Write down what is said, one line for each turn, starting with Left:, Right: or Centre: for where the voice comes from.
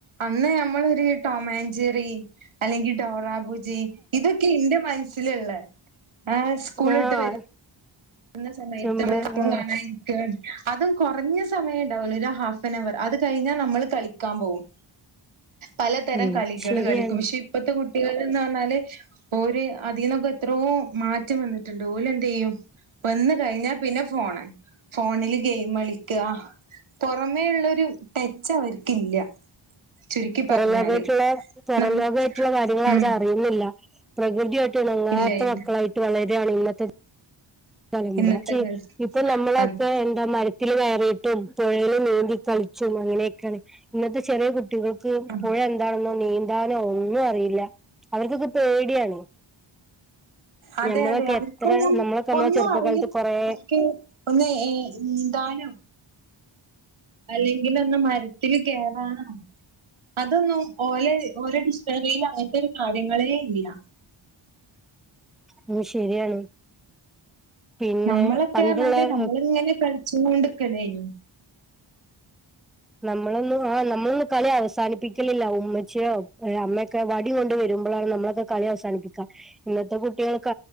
Right: അന്ന് നമ്മളൊരു വീ ടോം ആൻ ജെറി അല്ലെങ്കി ഡോറ ബുജി ഇതൊക്കെ എന്റെ മനസ്സിലുള്ളെ ആഹ് സ്കൂള്
Centre: ആഹ്
Right: വിട്ട് വര് ന്ന സമയത്ത്
Centre: ചെമ്പ
Right: <unintelligible>
Centre: ആഹ്
Right: അതും കൊറഞ്ഞ സമയണ്ട് ഓനൊരു ഹാഫ് <unintelligible> അത് കഴിഞ്ഞാൽ നമ്മള് കളിക്കാൻ പോവും പലതരം
Centre: ഉം
Right: കളികള്
Centre: ശരിയാണ്
Right: കളിക്കും പക്ഷെ ഇപ്പത്തെ കു ട്ടികളെന്ന് പറഞ്ഞാല് ഓര് അതീന്നൊക്കെ എത്രോ മാറ്റം വന്നിട്ടുണ്ട് ഓല് എന്തെയ്യും വന്ന് കഴിഞ്ഞാ പിന്നെ ഫോണ് ഫോണില് ഗെയിമ് കളിക്കാ പൊറമേ ഉള്ളൊരു ടെച്ച് അവർക്കില്ല ചുരുക്കി
Centre: പൊറം
Right: പറഞ്ഞാല്
Centre: ലോകായിട്ടുള്ള പൊറം
Right: നമ്മ
Centre: ലോകായിട്ടുള്ള കാര്യങ്ങള്
Right: ഉം
Centre: അവരറിയുന്നില്ല പ്രകൃതിയായിട്ട് ഇണങ്ങാത്ത
Right: ഇല്ല ഇല്ല
Centre: മക്കളായിട്ട് വളരാണ് ഇന്നത്തെ <unintelligible>
Right: ഇന്നത്തെ കാലത്ത്
Centre: ഇപ്പൊ നമ്മളപ്പൊ
Right: അത്
Centre: എന്താ മര ത്തില് കയറിയിട്ടും പുഴേല് നീന്തി കളിച്ചും അങ്ങനെയൊക്കെയാണെ ഇന്നത്തെ ചെറിയ കു ട്ടികൾക്ക്
Right: ആ
Centre: പുഴ എന്താണെന്നോ നീന്താനോ ഒന്നും അറിയില്ല അവർക്കൊക്കെ പേടിയാണ്
Right: അതെ
Centre: ഞമ്മളൊക്കെ
Right: അതെ അവർക്കൊന്നും
Centre: എത്ര നമ്മളൊക്കെ നമ്മള
Right: ഒന്നും
Centre: ചെറുപ്പകാലത്ത്
Right: അറിയ
Centre: കൊറെ
Right: <unintelligible> ഒന്ന് ഏഹ് നീന്താനോ അല്ലെങ്കില് ഒന്ന് മരത്തില് കേറാനോ അതൊന്നും ഓലെ ഓരെ ഡിക്ഷണറീല് അങ്ങനത്തെ ഒരു കാര്യങ്ങളേ ഇല്ല
Centre: ഉം ശരിയാണ് പിന്നെ
Right: നമ്മളൊക്കെ
Centre: പണ്ടുള്ള
Right: പറഞ്ഞാല് നമ്മള് ഇങ്ങനെ കളിച്ചും കൊണ്ട് നിക്കല് ആയിനു
Centre: നമ്മളൊന്നും ആഹ് നമ്മളൊന്നും കളി അവസാനിപ്പിക്കലില്ല ഉമ്മച്ചിയോ ഏഹ് അമ്മയൊക്കെ വടി കൊണ്ട് വരുമ്പൊഴാണ് നമ്മളൊ ക്കെ കളി അവസാനിപ്പിക്കാ ഇന്നത്തെ കുട്ടികൾക്ക